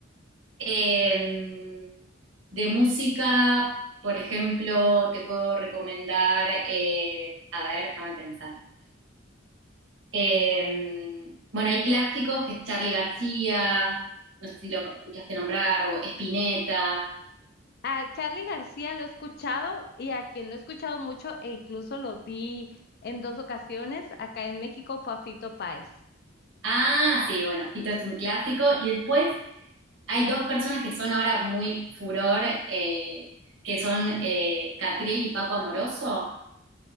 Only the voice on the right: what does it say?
Eh, de música, por ejemplo, te puedo recomendar, eh, a ver, déjame pensar. Eh, bueno, hay clásicos que es Charly García, no sé si lo escuchaste nombrar, o Spinetta.
Ah, sí, bueno, Fito es un clásico. Y después hay dos personas que son ahora muy furor, eh, que son eh, Catriel y Paco Amoroso.